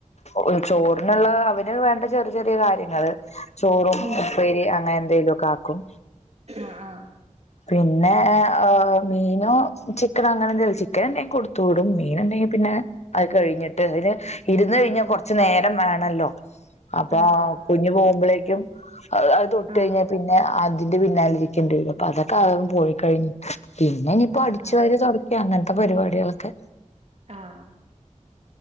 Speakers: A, on the left (about 60°); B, on the right (about 55°).
A: ഒരു ചോറിനുള്ള അവന് വേണ്ട ചെറിയ ചെറിയ കാര്യങ്ങള് ചോറും
B: ഉം.
A: ഉപ്പേരി അ ങ്ങനെ എന്തേലും ഒക്കെ ആക്കും
B: ആഹ് ആഹ്
A: പിന്നെ എ് മീനോ ചിക്കനോ അങ്ങനെ എന്തേലും ചിക്കൻ ഇണ്ടെങ്കിൽ കൊടുത്തു വിടും മീനുണ്ടെങ്കി പിന്നെ അത് കഴിഞ്ഞിട്ട് അതിന് ഇരുന്ന്
B: ആഹ്
A: കഴിഞ്ഞ കുറച്ച
B: ആഹ്.
A: നേരം വേണല്ലോ അപ്പൊ
B: ആഹ്
A: കുഞ്
B: ആഹ്.
A: പോകുമ്പോളേക്കിയും അത് അത് തോട്ട്
B: ആഹ്.
A: കഴിഞ്ഞാ പിന്നെ അതിന്റെ പിന്നാലിരിക്കേണ്ടി വരും അപ്പൊ അതാ പൊ അതും പോയി കഴിഞ് പിന്നെ ഇനിയിപ്പോ
B: ആഹ്
A: അടിച്ചു
B: ആഹ്.
A: വാര തോടക്കിയ അങ്ങനത്തെ പരിപാടികളൊക്കെ
B: ആഹ്